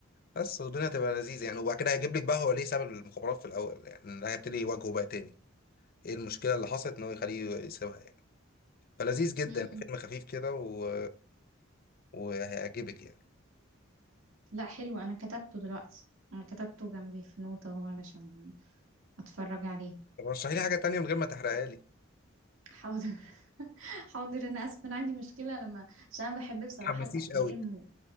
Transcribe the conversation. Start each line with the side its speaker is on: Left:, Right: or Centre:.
Left: بس والدنيا تبقى لذيذة يعني وبعد كده هيجيب لك بقى هو ليه ساب المخابرات في الاول يعني ده هيبتدي يواجهه بقى تاني ايه المشكلة اللي حصلت ان هو يخليه يسيبها يعني فلذيذ جدا
Right: امم
Left: فيلم خفيف كده و... وهيعجبك يعني
Right: لا حلو انا كتبته دلوقتي انا كتبته جنبي في نوتة اهو علشان اتفرج عليه
Left: طب رشحي لي حاجة تانية من غير ما تحرقها لي.
Right: حاضر <laughs> حاضر انا اسف انا عندي مشكله لما عشان انا بحب بصراحه
Left: حماسيش
Right: الافلام
Left: قوي
Right: و...